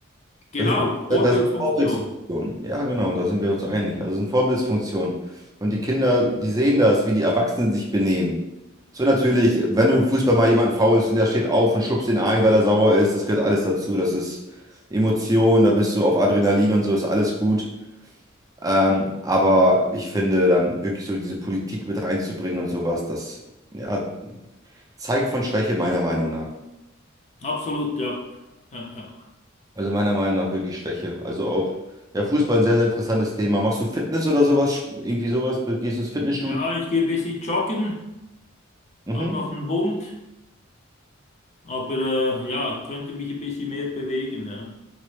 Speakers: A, on the left; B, on the right.
A: Genau,
B: Das ist,
A: Vorbildfunktion.
B: äh, das ist Vorbildsfunktion. Ja, genau, da sind wir uns einig. Also es sind Vorbildsfunktion. Und die Kinder, die sehen das, wie die Erwachsenen sich benehmen. So natürlich, wenn du im Fußball mal jemanden faulst und der steht auf und schubst ihn ein, weil er sauer ist, das gehört alles dazu. Das ist Emotion, da bist du auf Adrenalin und so, ist alles gut. Ähm, aber ich finde, dann wirklich so diese Politik mit reinzubringen und sowas, das ja, zeigt von Schwäche meiner Meinung nach.
A: Absolut, ja. Ja, ja.
B: Also meiner Meinung nach wirklich Schwäche. Also auch, ja, Fußball ein sehr, sehr interessantes Thema. Machst du Fitness oder sowas? Sp- Irgendwie sowas? gehst du ins Fitnessstudio?
A: Ja, ich gehe ein bisschen joggen,
B: Mhm.
A: habe noch einen Hund, aber äh, ja, könnte mich ein bisschen mehr bewegen. Ja.